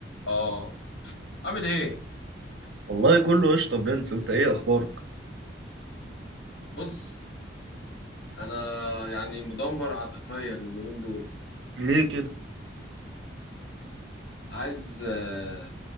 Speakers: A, on the left (about 75°); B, on the right (about 80°).
A: اه عامل ايه
B: والله كله قشطة برنس انت ايه اخبارك
A: بص انا يعني مدمر عاطفيا اليومين دول
B: ليه كده
A: عايز آه،